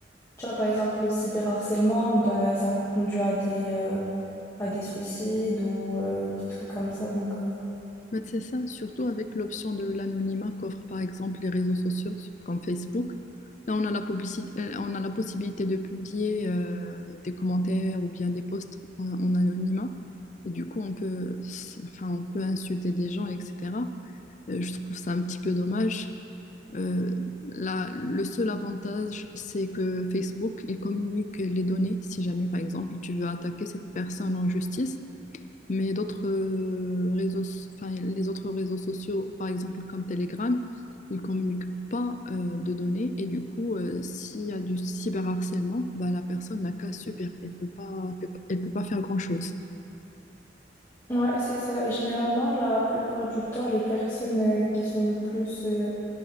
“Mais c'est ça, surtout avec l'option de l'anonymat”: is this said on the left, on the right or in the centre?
Left